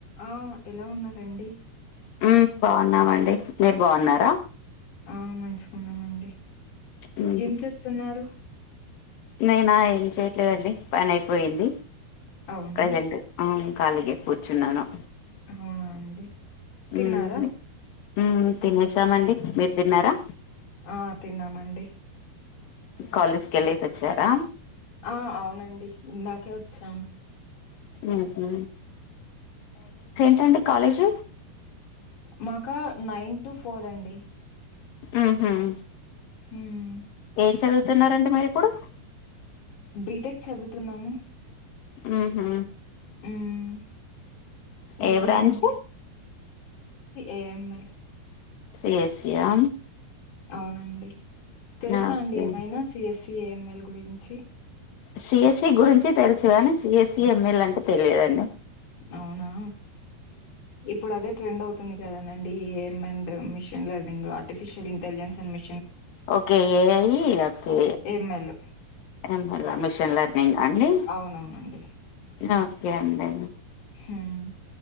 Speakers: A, on the left; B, on the left.
A: ఆ ఎలా ఉన్నారంండి
B: ఉమ బాగున్నామండి మీరు బాగున్నారా
A: ఆ మంచిగున్నామండి
B: ఉమ్
A: ఏం చేస్తున్నారు
B: నేనా ఏం చేయట్లేదండి పని అయిపోయింది
A: అవునా?
B: ప్రజెంట్ అ కాలిగె కూర్చున్నాను
A: అవునా అండి తిన్నారా
B: ఉమ్ ఉమ్ తినేసామండి మీర్ దిన్నారా
A: ఆ తిన్నామండి
B: కాలేజీకి ఎళ్లేసి వచ్చారా
A: ఆ! అవునండి. ఇందాకే వచ్చాం
B: ఉహు. <unintelligible> కాలేజ్
A: మాకా నైన్ టు ఫోర్ అండి
B: ఉహుం
A: హుం
B: ఏం చదువుతున్నారండి మీరిప్పుడు
A: బీటెక్ చదువుతున్నాము
B: ఉహు
A: ఉమ్ ఇంకేంటండి
B: ఏ బ్రాంచ్
A: ఏ ఎమ్ ఎల్
B: సిఎస్సి ఆ
A: అవునండి తెలుసా
B: ఓకే
A: అండి ఏమైనా సిఎస్సి ఏఎంఎల్ గురించి
B: సిఎస్సి గురించి తెలుసు కాని సిఎస్సి ఎంఎల్ అంటే తెలియదు అండి
A: అవునా ఇప్పుడు అదే ట్రెండ్ అవుతు ంది కదానండి A M and machine learning artificial intelligence అ మిన్
B: ఓకే ఏ ఐ అత్తే
A: ఏఎంఎల్.
B: ఎల్ మిషన్ లెర్నింగ అండి
A: అవునవునండి.
B: ఓకే అండి
A: హ్మ్.